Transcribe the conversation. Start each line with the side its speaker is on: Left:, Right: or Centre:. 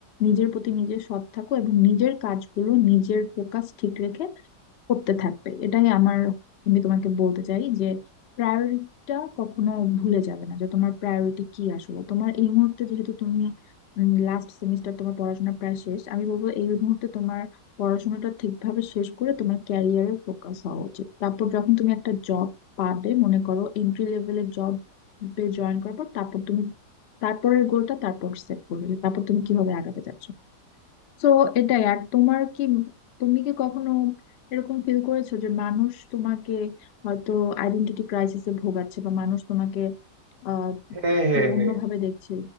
Left: নিজের প্রতি নিজে সৎ থাকো এবং নিজের কাজগুলো নিজের ফোকাস ঠিক রেখে করতে থাকবে এটাই আমার আমি তোমাকে বলতে চাই যে প্রায়োরিটিটা কখনো ভুলে যাবে না যে তোমার প্রায়োরিটি কি আসলে তোমার এই মুহূর্তে যেহেতু তুমি লাস্ট সেমিস্টার তোমার পড়াশোনা প্রায় শেষ আমি বলবো এই মুহূর্তে তোমার পড়াশোনাটা ঠিকভাবে শেষ করে তোমার ক্যারিয়ারে ফোকাস হওয়া উচিত তারপর যখন তুমি একটা জব পাবে মনে করো এন্ট্রি লেভেলের জব জয়েন করার পর তারপর তুমি তারপরের গোলটা তারপর সেট করবে যে তারপর তুমি কিভাবে আগাতে চাচ্ছ তো এটাই আর তোমার কি তুমি কি কখনো এরকম ফিল করেছো যে মানুষ তোমাকে হয়তো আইডেন্টিটি ক্রাইসিসে ভোগাচ্ছে বা মানুষ তোমাকে আহ
Right: হ্যাঁ
Left: একটু
Right: হ্যাঁ হ্যাঁ
Left: অন্যভাবে দেখছে